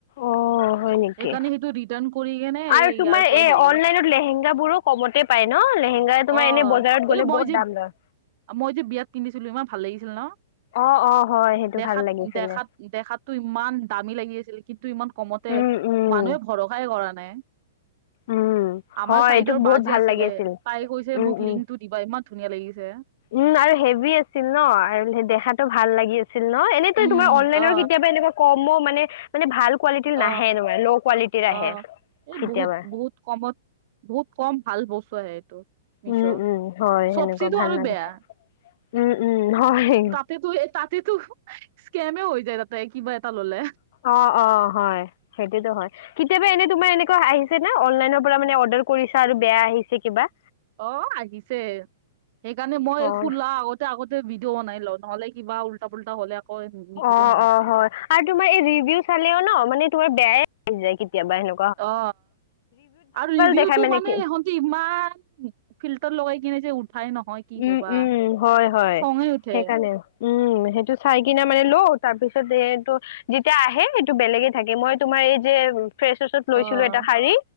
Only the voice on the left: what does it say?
অ হয় নেকি
আৰু
তোমাৰ
এ
অনলাইনত লেহেংগাবোৰো। কমতে পায় ন লেহেংগা
তোমাৰ এনে বজাৰত গ'লে
বহুত
দাম লয়।
অ অ হয়। সেইটো
ভাল লাগিছিলে।
উম উম
উম
হয়
এইটো বহুত
ভাল
লাগি আছিল।
উম
উম।
উম আৰু হেভি আছিল ন আৰু দেখাটো ভাল লাগি আছিল। আছিল ন এনেতো
তোমাৰ অনলাইনৰ
কেতিয়াবা এনেকুৱা কমো মানে। মানে ভাল কোৱালিটিৰ
নাহে এনেকুৱা ল' কোৱালিটিৰ
আহে
কেতিয়াবা।
উম উম হয় সেনেকুৱা
ভাল
নালাগে।
উম উম হয়।
অ', অ, হয়। সেইটোতো হয়। কেতিয়াবা এনে তোমাৰ এনেকুৱা আহিছে না অনলাইনৰ পৰা মানে অৰ্ডাৰ কৰিছা আৰু বেয়া আহিছে কিবা।
অ',
অ',
অ',
হয় আৰু তোমাৰ এই ৰিভিউ চালেও ন মানে তোাৰ বেয়াই যায় কেতিয়াবাহেনু।
দেখাই
কি
উম
উম হয় হয়
সেইকাৰণে। উম', সেইটো চাই কিনে মানে লও তাৰ পিছত এইটো। যেতিয়া আহে সেইটো বেলেগে থাকে মই তোমাৰ এই যে। ফ্ৰেচাছত
লৈছিলোঁ এটা শাড়ী